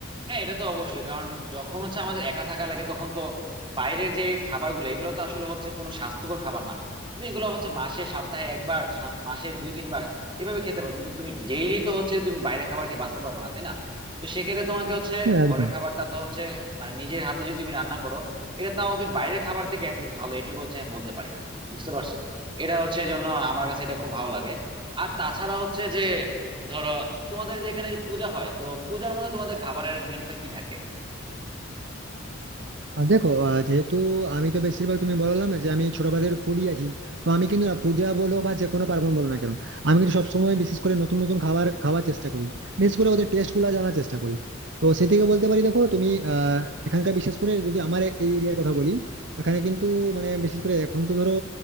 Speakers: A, on the right; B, on the right.
A: হ্যাঁ এটা তো অবশ্যই কারণ যখন হচ্ছে আমাদের একা থাকা লাগে তখন তো বাইরের যে খাবারগুলো এগুলো তো আসলে হচ্ছে কোনো স্বাস্থ্যকর খাবার না তুমি এগুলো হচ্ছে মাসে সপ্তাহে একবার সা- মাসে দুই তিনবার এভাবে খেতে পারো কিন্তু তুমি ডেইলি তো হচ্ছে তুমি বাইরের খাবার খেয়ে বাঁচতে পারবে না তাই না তো সেক্ষেত্রে তোমাকে হচ্ছে
B: হ্যাঁ
A: ঘরের
B: একদম
A: খাবারটা তো হচ্ছে মানে নিজের হাতে যদি তুমি রান্না করো এটা তাও তুমি বাইরের খাবার থেকে অ্যাটলিস্ট ভালো এটুকু হচ্ছে আমি বলতে পারি বুঝতে পারছো এটা হচ্ছে এই জন্য আমার কাছে এটা খুব ভালো লাগে আর তাছাড়া হচ্ছে যে ধরো তোমাদের যে এখানে যে পূজা হয় তো পূজার মধ্যে তোমাদের খাবারের মেনুটা কি থাকে
B: আর দেখো আহ, যেহেতু আমি তো বেশিরভাগ তুমি বললাম যে আমি ছোটবেলা থেকে ফুডি আছি তো আমি কিন্তু না পূজা বলো বা যে কোনো পার্বণ বলো না কেন আমি কিন্তু সবসময় বিশেষ করে নতুন নতুন খাবার খাওয়ার চেষ্টা করি বিশেষ করে ওদের টেস্ট গুলো জানার চেষ্টা করি তো সে থেকে বলতে পারি দেখো তুমি আহ এখানকার বিশেষ করে যদি আমার এই এরিয়ার কথা বলি এখানে কিন্তু মানে বিশেষ করে এখন তো ধরো